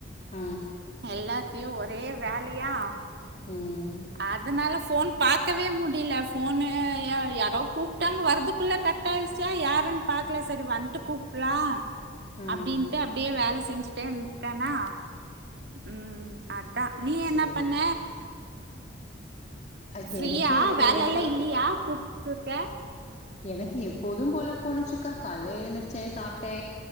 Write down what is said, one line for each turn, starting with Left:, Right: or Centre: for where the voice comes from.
Left: ஹ
Right: எல்லாத்தையு ஒரே வேலையா
Left: ம்
Right: அதனால போன் பாக்கவே முடியல போனு யாரோ கூப்பிட்டாங்க வரதுக்குள்ள கட் கட்டாயச்சா யாருன்னு பாக்கல சேரி வந்துட்டு கூப்பலா
Left: ம்
Right: அப்டின்ட்டு அப்டியே வேலை செஞ்சுட்டே இருந்துட்டேன்னா ம் அதா நீ என்ன
Left: சரி
Right: பண்ண
Left: சரி அக்
Right: ஃப்ரீயா
Left: எனக்கு எப்போதும்
Right: வேலை எல்லா
Left: போல
Right: இல்லையா கூப்பிட்டுருக்கே
Left: எனக்கு எப்போது போல போணுச்சுக்கா கல எழுந்திருச்சே சாப்பட்டே